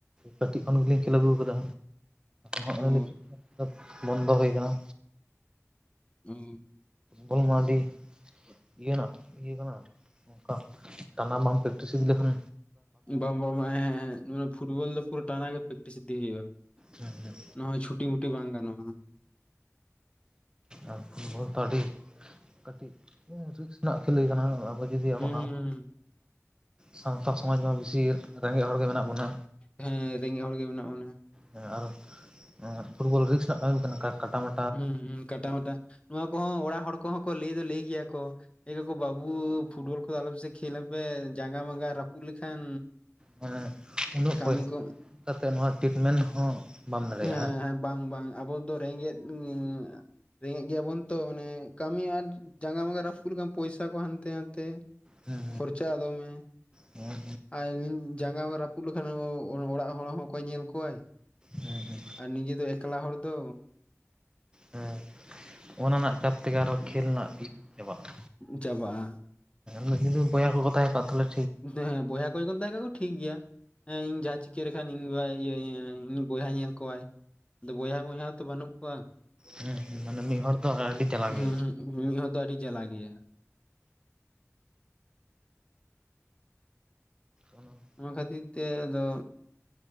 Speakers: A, on the right; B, on the left.
A: ᱠᱟᱹᱴᱤᱡ ᱠᱷᱚᱱ ᱜᱮᱞᱤᱧ ᱠᱷᱮᱞ ᱟᱹᱜᱩ ᱠᱟᱫᱟ᱾ ᱦᱚᱸᱜᱼᱚᱭ
B: ᱚ
A: ᱱᱤᱛᱚᱜ ᱵᱚᱱᱫᱚ ᱦᱩᱭ ᱠᱟᱱᱟ᱾
B: ᱦᱩ
A: ᱵᱚᱞᱢᱟᱰᱤᱼᱼ ᱤᱭᱟᱹ ᱱᱟᱜ ᱤᱭᱟᱹ ᱠᱟᱱᱟ ᱚᱱᱠᱟ ᱴᱟᱱᱟ ᱵᱟᱢ ᱯᱮᱠᱴᱤᱥ ᱤᱫᱤ ᱞᱮᱠᱷᱟᱱᱼᱼ
B: ᱵᱟᱝ ᱵᱟᱝ ᱵᱟᱝ ᱦᱮᱸ ᱢᱟᱱᱮ ᱯᱷᱩᱴᱵᱚᱞ ᱫᱚ ᱯᱩᱨᱟᱹ ᱴᱟᱱᱟ ᱜᱮ ᱯᱮᱠᱴᱤᱥ ᱤᱫᱤ ᱦᱩᱭᱩᱜᱼᱟ᱾
A: ᱦᱮᱸ ᱦᱮᱸ᱾
B: ᱱᱚᱜᱚᱭ ᱪᱷᱩᱴᱤ ᱢᱩᱴᱤ ᱵᱟᱝ ᱜᱟᱱᱚᱜᱼᱟ᱾
A: ᱟᱨ ᱯᱷᱩᱴᱵᱚᱞ ᱫᱚ ᱟᱹᱰᱤ ᱠᱟᱹᱴᱤᱡ ᱨᱤᱠᱥ ᱨᱮᱱᱟᱜ ᱠᱷᱮᱞ ‌ᱜᱮ ᱠᱟᱱᱟ᱾ ᱟᱵᱚ ᱡᱩᱫᱤ
B: ᱦᱩᱸ
A: ᱟᱵᱚ
B: ᱦᱩᱸ
A: ᱥᱟᱶᱟᱛᱟ‌ ᱥᱚᱢᱟᱡᱢᱟ ᱵᱤᱥᱤ ᱨᱮᱸᱜᱮᱡ ᱦᱚᱲᱜᱮ ᱢᱮᱱᱟᱜ ᱵᱚᱱᱟ᱾
B: ᱦᱮᱸ ᱨᱮᱸᱜᱮᱡ ᱦᱚᱲ ᱜᱮ ᱢᱮᱱᱟᱜ ᱵᱚᱱᱟ᱾
A: ᱦᱮᱸ ᱟᱨᱚ ᱯᱷᱩᱴᱵᱚᱞ ᱨᱤᱠᱥ ᱨᱮᱱᱟᱜ ᱠᱟᱹᱢᱤ ᱠᱟᱱᱟ, ᱠᱟᱴᱟ ᱢᱟ
B: ᱦᱩᱸ ᱦᱩᱸ ᱠᱟᱴᱟ ᱢᱟᱴᱟ ᱱᱚᱣᱟ ᱠᱚᱦᱚᱸ ᱚᱲᱟᱜ ᱦᱚᱲ ᱠᱚᱦᱚᱸ ᱠᱚ ᱞᱟᱹᱭ ᱫᱚ ᱞᱟᱹᱭ ᱜᱮᱭᱟ ᱠᱚ ᱮ ᱠᱟᱠᱚ ᱵᱟᱹᱵᱩ ᱯᱷᱩᱴᱵᱚᱞ ᱠᱚ ᱫᱚ ᱟᱞᱚᱯᱮᱥᱮ ᱠᱷᱮᱞ ᱞᱟᱯᱮ ᱡᱟᱸᱜᱟ ᱢᱟᱸᱜᱟ ᱨᱟᱹᱯᱩᱫ ᱞᱮᱠᱷᱟᱱ
A: ᱢᱟᱱᱮ ᱩᱱᱟᱹᱜ
B: ᱠᱟᱹᱢᱤ
A: ᱯᱚᱭᱥᱟ
B: ᱠᱚ
A: ᱠᱟᱛᱮ ᱱᱚᱣᱟ ᱴᱤᱴᱢᱮᱱ ᱦᱚᱸ ᱵᱟᱢ ᱫᱟᱲᱮᱭᱟᱜᱼᱟ᱾
B: ᱦᱮᱸ ᱵᱟᱝ ᱵᱟᱝ ᱟᱵᱚ ᱫᱚ ᱨᱮᱸᱜᱮᱡ ᱮᱸ ᱨᱮᱸᱜᱮᱡ ᱜᱮᱭᱟᱵᱚᱱ ᱛᱚ ᱢᱟᱱᱮ ᱠᱟᱹᱢᱤ ᱟᱨ ᱡᱟᱸᱜᱟ ᱢᱟᱸᱜᱟ ᱨᱟᱹᱯᱩᱫ ᱞᱮᱠᱷᱟᱱ ᱯᱚᱭᱥᱟ ᱠᱚ ᱦᱟᱱᱛᱮ ᱱᱟᱱᱛᱮ
A: ᱦᱮᱸ
B: ᱠᱷᱚᱨᱪᱟᱜᱼᱟ ᱫᱚᱢᱮ
A: ᱦᱮᱸ
B: ᱟᱨ ᱡᱟᱸᱜᱟ ᱠᱚ ᱨᱟ ᱯᱩᱜ ᱞᱮᱠᱷᱟᱱ ᱚ ᱚᱲᱟᱜ ᱦᱚᱲ ᱦᱚᱸᱠᱚᱭ ᱧᱮᱞ ᱠᱚᱣᱟᱭ᱾
A: ᱦᱮᱸ ᱦᱮᱸ᱾
B: ᱟᱨ ᱱᱤᱡᱮ ᱫᱚ ᱮᱠᱞᱟ ᱦᱚᱲ ᱫᱚ
A: ᱦᱮᱸ ᱚᱱᱟ ᱨᱮᱱᱟᱜ ᱪᱟᱯ ᱛᱮᱜᱮ ᱟᱨᱚ ᱠᱷᱮᱞ ᱨᱮᱱᱟᱜ <inaudible> ᱪᱟᱵᱟᱜᱼᱟ᱾
B: ᱪᱟᱵᱟᱜᱼᱟ
A: ᱢᱤᱫᱴᱤᱝ ᱵᱚᱭᱟ ᱠᱚᱠᱚ ᱛᱟᱦᱮᱸ ᱠᱚᱜ ᱛᱟᱦᱞᱮ
B: ᱦᱮᱸᱦᱮᱸ ᱵᱚᱭᱦᱟ ᱠᱚ ᱡᱚᱠᱷᱚᱱ ᱛᱟᱦᱮᱸ ᱠᱚᱜ ᱟᱠᱚ ᱴᱷᱤᱠ ᱜᱮᱭᱟ᱾ ᱦᱮᱸ ᱤᱧ ᱡᱟᱦᱟᱸ ᱪᱤᱠᱟᱹ ᱞᱮᱠᱷᱟᱱ ᱤᱧ ᱤᱧᱤᱡ ᱵᱚᱭᱦᱟ ᱧᱮᱞ ᱠᱚᱣᱟᱭ᱾ ᱟᱫᱚ ᱵᱚᱭᱦᱟ ᱢᱚᱭᱦᱟ ᱦᱚᱸᱛᱚ ᱵᱟᱹᱱᱩᱜ ᱠᱚᱣᱟ,
A: ᱦᱩᱸ ᱦᱩᱸ ᱢᱟᱱᱮ ᱢᱤᱫ ᱦᱚᱲ ᱫᱚ ᱟᱹᱰᱤ ᱡᱟᱞᱟ
B: ᱦᱩᱸ
A: ᱜᱮᱭᱟ᱾
B: ᱦᱩᱸ ᱢᱤᱫ ᱦᱚᱲ ᱫᱚ ᱟᱹᱰᱤ ᱡᱟᱞᱟ ᱜᱮᱭᱟ᱾
A: ᱩᱱᱚ
B: ᱚᱱᱟ ᱠᱷᱟᱹᱛᱤᱨ ᱛᱮ ᱟᱫᱚ